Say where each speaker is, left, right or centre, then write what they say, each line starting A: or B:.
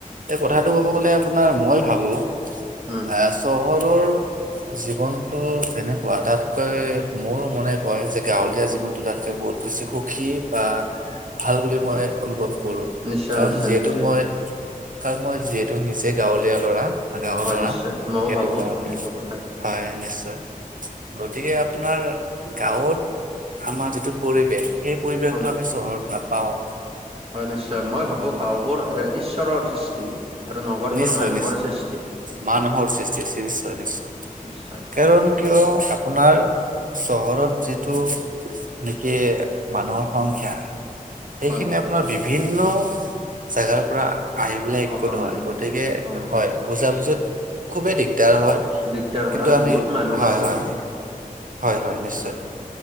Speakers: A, on the right; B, on the right.
A: এই কথাটো কব গলে আপোনাৰ, মই ভাবোঁ
B: হুম।
A: অ' চহৰৰ জীৱনটো তেনেকুৱা, তাতকৈ মোৰ মনে কয় যে গাঁৱলীয়া
B: উম
A: জীৱনটো তাতকে বহুত বেছি সুখী বা ভাল বুলি মই
B: হয়
A: অনুভৱ কৰোঁ,
B: নিশ্চয়
A: কাৰণ
B: নিশ্চয়
A: যিহেতু
B: নিশ্চয়
A: মই কাৰণ মই যিহেতু নিজে গাঁৱলীয়া ল'ৰা বা গাঁৱৰ
B: হয়
A: ল'ৰা,
B: নিশ্চয় মইও
A: সেইটো
B: ভাবোঁ
A: কাৰণে।
B: সেইটো কথা
A: হয় নিশ্চয়।
B: হয়
A: গতিকে আপোনাৰ গাঁৱত আমাৰ যিটো পৰিৱেশ, সেই পৰিৱেশটো
B: হয়
A: আমি চহৰত নাপাওঁ।
B: হয় নিশ্চয়। মই ভাবোঁ গাঁওবোৰ এ- ঈশ্বৰৰ সৃষ্টি। আৰু নগৰবোৰ
A: নিশ্চয়
B: মানুহৰ
A: - নিশ্চয়।
B: সৃষ্টি
A: মানুহৰ সৃষ্টি, নিশ্চয় - নিশ্চয়।
B: নিশ্চয়
A: কাৰণ কিয় আপোনাৰ চহৰত যিটো নেকি মানুহৰ সংখ্যা সেইখিনি
B: হয়
A: আপোনাৰ বিভিন্ন জেগাৰ পৰা আহি পেলাই একগোট
B: অহা
A: হয়।
B: মানুহ
A: গতিকে-
B: অ
A: হয়, বুজাবুজিত খুবে দিগদাৰ হয়।
B: দিগদাৰ হয়
A: কিন্তু
B: আৰু
A: আমি-
B: বহুত মানুহ
A: হয়
B: আছে
A: - হয়, হয় - হয়, নিশ্চয়।